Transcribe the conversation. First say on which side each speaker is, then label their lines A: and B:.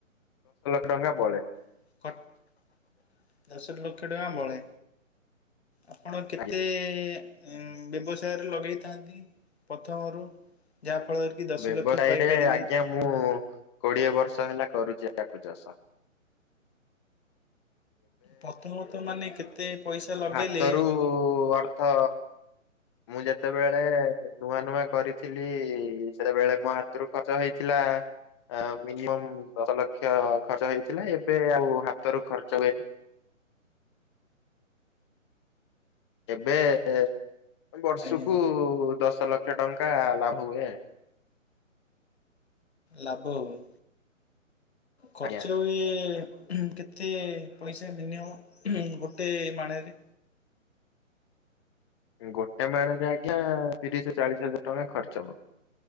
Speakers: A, on the left; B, on the left.
A: ଡଙ୍ଗା ପଳେ
B: <unintelligible> ଦଶ ଲକ୍ଷ ଟଙ୍କା ବଳେ ଆପଣ କେତେ
A: ଆଜ୍ଞା
B: ଏ ଏ ଉ ବ୍ୟବସାୟରେ ଲଗେଇଥାନ୍ତି ପ୍ରଥମରୁ ଯାହାଫଳରେ କି ଦଶ
A: ବ୍ୟବସାୟ
B: ଲକ୍ଷ ପାଇପାରିବେ
A: ରେ ଆଜ୍ଞା ମୁଁ କୋଡିଏ ବର୍ଷ ହେଲା କରୁଛି। ଆକୁ ଚାଷ। <inaudible>
B: ପ୍ରଥମ ତ ମାନେ କେତେ ପଇସା ଲଗେଇଲେ
A: ହାତ ରୁ ଅର୍ଥ ମୁଁ ଯେତେବେଳେ ନୂଆ ନୂଆ କରିଥିଲି ଇ ସେତେବେଳେ ମୋ ହାତରୁ ଖର୍ଚ୍ଚ ହେଇଥିଲା ମିନିମମ୍ ଦଶ ଲକ୍ଷ ଖର୍ଚ୍ଚ ହେଇଥିଲା ଏବେ ଆଉ ହାତରୁ ଖର୍ଚ୍ଚ ହୁଏନି। ଏବେ ଏ ବର୍ଷକୁ
B: ଆଜ୍ଞା
A: ଦଶ ଲକ୍ଷ ଟଙ୍କା ଲାଭ ହୁଏ।
B: ଲାଭ ହୁଏ। ଖର୍ଚ୍ଚ
A: ଆଜ୍ଞା।
B: ହୁଏ ଉହୁଁ କେତେ ପଇସା ମିନିମମ୍ ଉହୁଁ ଗୋଟେ ମାଣରେ?
A: ଗୋଟେ ମାଣରେ ଆଜ୍ଞା ତିରିଶ ଚାଳିଶ ହଜାର ଟଙ୍କା ଖର୍ଚ୍ଚ ହବ।